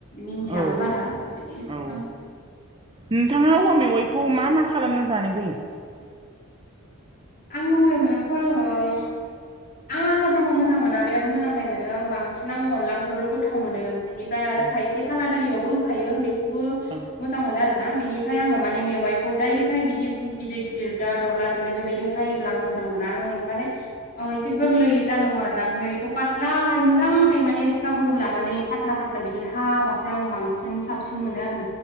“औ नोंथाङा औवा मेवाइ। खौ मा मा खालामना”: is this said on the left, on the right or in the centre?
Right